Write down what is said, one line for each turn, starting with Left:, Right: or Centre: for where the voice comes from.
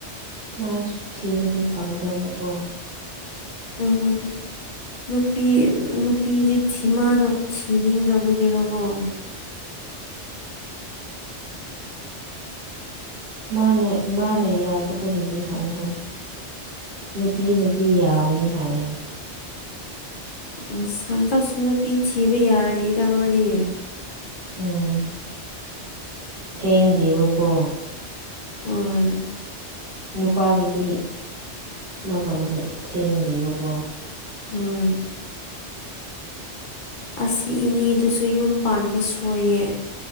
Right: ꯃꯥꯁꯨ ꯊꯤꯔꯗꯤ ꯐꯒꯗꯧꯕꯀꯣ
Left: ꯎꯝ ꯅꯨꯄꯤ ꯅꯨꯄꯤꯗꯤ ꯁꯤꯃꯥꯅ ꯊꯤꯅꯤꯡꯗꯕꯒꯤꯔ‌ꯣ ꯀ‌ꯣ
Right: ꯃꯥꯅ ꯃꯥꯅ ꯌꯥꯗꯕꯒꯤꯅꯤ ꯍꯥꯏ ꯍꯣꯏ ꯅꯨꯄꯤꯅꯗꯤ ꯌꯥꯕꯅꯤ ꯍꯥꯏ
Left: ꯑꯁ ꯍꯥꯟꯗꯥꯛꯁꯨ ꯅꯨꯄꯤ ꯊꯤꯕ ꯌꯥꯔꯦꯗ ꯃꯗꯤ
Right: ꯎꯝ ꯊꯦꯡꯗꯦꯕꯀꯣ
Left: ꯍ‌ꯣꯏ
Right: ꯅꯨꯄꯥꯒꯤꯗꯤ ꯑꯃꯔꯣꯝꯗ ꯊꯦꯡꯗꯦꯕꯀꯣ
Left: ꯍꯣꯢ ꯑꯁ ꯏꯅꯦꯗꯨꯁꯨ ꯌꯨꯝ ꯄꯥꯟꯕ ꯁꯣꯏꯌꯦ